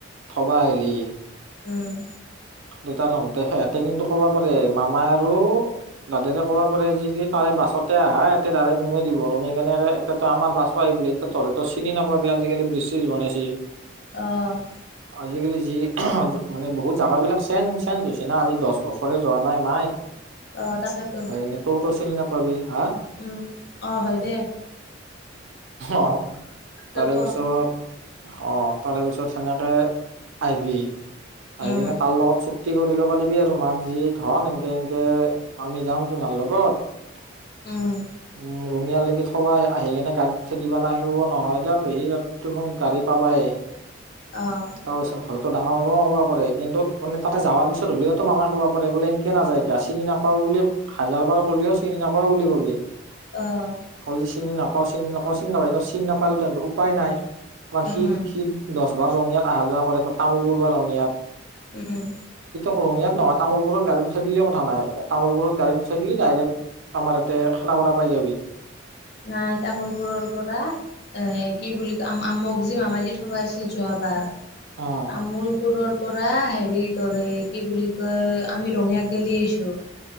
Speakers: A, on the right; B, on the left.
A: থবা আহিলি
B: উম,
A: দুইটা তহঁতে সিহঁতে কিন্তু ক'ব পাৰে মামা আৰু দাদাতে ক'ব পাৰে যে কি তাৰে বাছতে আহা এতে ডাইৰেক্ট নুমাই দিব নুমাই কিনে <unintelligible> আমাৰ বাছ <unintelligible> বোলে এতিয়া তহঁতেতো চিনি নাপাবি আজিকালি ব্ৰিজ চ‌্ৰিজ বনাইছে।
B: অ',
A: আজিকালি যি, মানে বহুত জাগাবিলাক চেন চেঞ্জ হৈছে না আজি দশ বছৰ তহঁতে যোৱা নাই নহয়,
B: অ', তাকেতো
A: সেইকাৰণে তই তো চিনি নাপাবি, হা?
B: উম, অ, হয় দে।
A: অ',
B: পিছত
A: তাৰে
B: ক?
A: পিছত অ', তাৰে পিছত সেনেকে, আহিবি আহি
B: উম,
A: কিনে তাৰ লগত চুপ তি কৰি ল'বা দিবি আৰু মাক যি ধন এনকে এনকে, আমি যাম তোমাৰ লগত
B: উম,
A: উম, ৰঙিয়া লৈকে থবা আহিকেনে গাড়ী খেতি পান আহিব নহয় এতিয়া পেহী <unintelligible> গাড়ী পাবাই।
B: অ',
A: তাৰপিছত হয় ত' ডাঙৰ মামাও ক'ব পাৰে কিন্তু, মানে তাতে যাৱাৰ পিছত হলেওতো মামাই ক'ব পাৰে বোলে সেনেকে নযায় কিয় চিনি নাপাওঁ বুলি, হাজাৰ বাৰ কলেও চিনি নাপাওঁ বুলি কবি। <unintelligible>
B: অ'।
A: যে চিনি নাপাওঁ চিনি নাপাওঁ চিনি নাপাওঁ চিনি নাপালে তো উপায় নাই। কাৰণ
B: উম,
A: সিত সিত দশ বাৰ ৰঙিয়াত আহা যাৱা কৰে ত' তামোলপুৰৰ পৰা ৰঙিয়াত
B: উম, উম,
A: ৰঙীয়াত নহয় তামুলপুৰত গাড়ীত উঠাই দিলে কথা নাই তামুলপুৰত গাড়ী উঠাই দিলি ডাইৰেক্ট আমাৰ এতে খানাপাৰা পাই যাবি।
B: নাই তামোলপুৰৰ পৰা, এ কি বুলি কয় আম আম মোক যি থবাই আছিল যো বা
A: অ',
B: তামোলপুৰৰ পৰা হেৰি তোৰ এই কি বুলি কয় আমি ৰঙিয়াক গেলি আহিছোঁ।